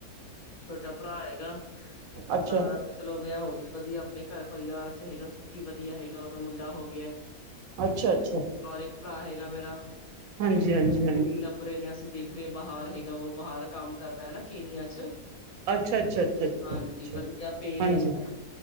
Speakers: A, on the left; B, on the right.
A: ਛੋਟਾ ਭਰਾ ਆਏਗਾ ਇੱਕ
B: ਅੱਛਾ
A: ਭਰਾ ਦਾ ਚਲੋ ਵਿਆਹ ਹੋ ਗਿਆ ਵਧੀਆ ਆਪਣੇ ਘਰ ਪਰਿਵਾਰ ਚ ਹੈਗਾ ਸੁੱਖੀ ਵਧੀਆ ਹੈਗਾ ਓਦਾ ਮੁੰਡਾ ਹੋ ਗਿਆ।
B: ਅੱਛਾ ਅੱਛਾ
A: ਔਰ ਇੱਕ ਭਰਾ ਹੈਗਾ ਮੇਰਾ
B: ਹਾਂਜੀ
A: ਉਹਦੇ
B: ਹਾਂਜੀ
A: ਲਈ
B: ਹਾਂਜੀ
A: ਕੁੜੀ ਲੱਭ ਰਹੇ ਨੇ ਅਸੀਂ। ਦੇਖ ਰਹੇ ਬਾਹਰ ਹੈਗਾ ਵ ਬਾਹਰ ਕੰਮ ਕਰਦਾ ਹੈ ਨਾ ਕੇਨੀਆ ਚ।
B: ਅੱਛਾ ਅੱਛਾ ਅੱਛਾ ਅੱਛਾ
A: ਹਾਂਜੀ
B: ਅੱਛਾ
A: ਵਧੀਆ ਪੇਯ ਲੈਂਦਾ।
B: ਹਾਂਜੀ